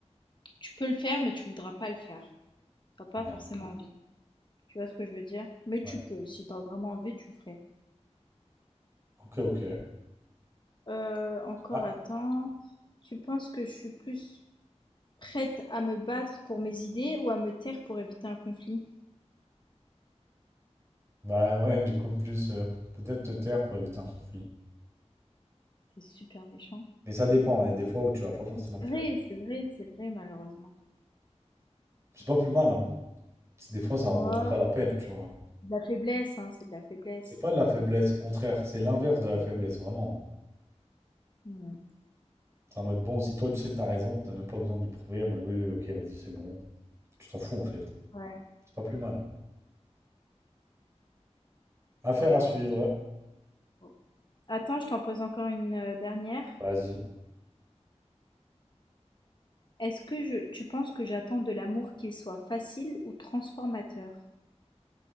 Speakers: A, on the left; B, on the right.
A: Tu peux le faire, mais tu voudras pas le faire. T'as pas
B: Ouais.
A: forcément envie. Tu vois ce que je veux dire? Mais tu
B: Ouais.
A: peux. Si t'as vraiment envie, tu le ferais.
B: Ok, ok.
A: Euh, encore
B: Ah,
A: attends. Tu penses que je suis plus prête à me battre pour mes idées ou à me taire pour éviter un conflit?
B: bah ouais, du coup, plus euh, peut-être te taire pour éviter un conflit.
A: C'est super méchant.
B: Mais ça dépend. Il y a des fois où tu vas pas forcément
A: C'est
B: le faire.
A: vrai, c'est vrai, c'est vrai, malheureusement.
B: C'est pas plus mal, hein. Parce Des fois, ça en
A: Ouais,
B: vaut même pas la peine, tu vois.
A: de la faiblesse, hein, c'est de la faiblesse.
B: C'est pas de la faiblesse, au contraire, c'est l'inverse de la faiblesse, vraiment.
A: Hmm,
B: C'est en mode bon, si toi tu sais que t'as raison, t'as même pas besoin de le prouver, en mode oui, oui, ok, vas-y, c'est bon. Tu t'en fous en fait.
A: Ouais.
B: C'est pas plus mal. Affaire
A: Bon, écoute.
B: à suivre.
A: Oh. Attends, je t'en pose encore une euh, dernière.
B: Vas-y.
A: Est-ce que je, tu penses que j'attends de l'amour qu'il soit facile ou transformateur?